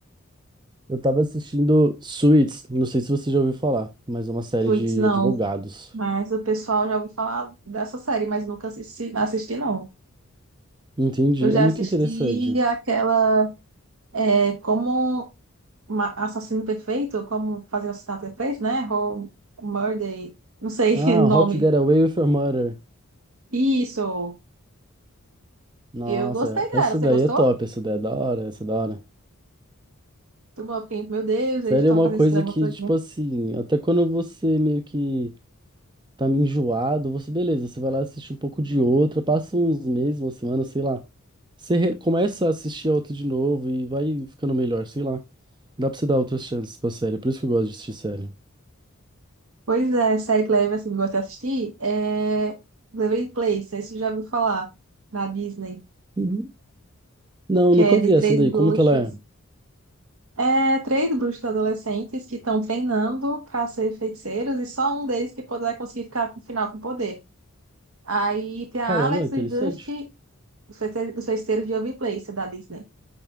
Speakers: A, on the right; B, on the right.
A: Eu tava assistindo Suits, não sei se você já ouviu falar, mas é uma série
B: Suits,
A: de
B: não,
A: advogados.
B: mas o pessoal já ouviu falar dessa série, mas nunca assisti, assisti não.
A: Entendi,
B: Eu já
A: é muito
B: assisti
A: interessante.
B: aquela. É como uma- assassino perfeito, como fazer o assassinato perfeito, né? Ou murder, não sei
A: Ah,
B: <laughs> o nome.
A: How to Get Away with Your Murder.
B: Isso.
A: Nossa,
B: Eu gostei dela.
A: essa
B: Você
A: daí
B: gostou?
A: é top, essa daí é da hora, essa é da hora.
B: Muito bom, eu fiquei, meu Deus,
A: Sério,
B: eles estão
A: é uma
B: fazendo
A: coisa
B: esse drama
A: que,
B: todo.
A: tipo
B: né?
A: assim, até quando você meio que tá meio enjoado, você, beleza, você vai lá assistir um pouco de outra, passa uns meses, uma semana, sei lá. Você re- começa a assistir a outra de novo e vai ficando melhor, sei lá. Dá pra você dar outras chances pra série, é por isso que eu gosto de assistir série.
B: Pois é, série que leve assim, que eu gosto de assistir é Melrose Place, não você já ouviu falar na Disney,
A: Uhum. Não,
B: que
A: nunca
B: é de
A: vi
B: três
A: essa daí,
B: bruxos.
A: como que ela é?
B: É, três bruxos adolescentes que estão treinando para ser feiticeiros e só um deles que poderá conseguir ficar com o final com poder. Aí tem a
A: Caramba,
B: Alex,
A: é interessante.
B: o Dusty Os Feiticeiros os Feiticeiros de Waverly da Disney.